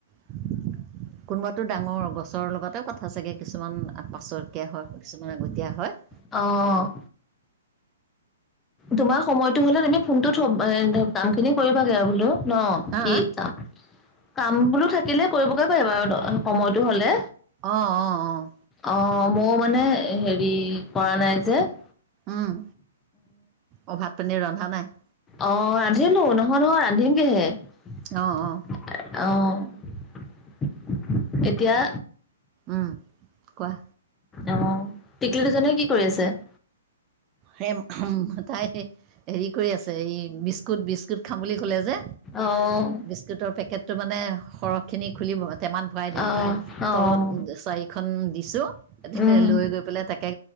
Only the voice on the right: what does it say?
<unintelligible> কোনোবাতো ডাঙৰ গছৰৰ লগতে কথা চাগে কিছুমান পাছতীয়া হয়, কিছুমান আগতীয়া হয়। <inaudible>
হা
অঁ-অঁ-অঁ।
উম। অ ভাত-পানী ৰন্ধা নাই? <inaudible>
অঁ-অঁ।
উম কোৱা?
<unintelligible> তাই হেৰি কৰি আছে এই বিস্কুট-বিস্কুট খাম বুলি কলে যে
বিস্কুটৰ পেকেটটো মানে সৰহখিনি খুলিব টেমাত ভৰাই দিলোঁ
তলত চাৰি খন দিছোঁ তাতে
লৈ গৈ পেলাই তাকে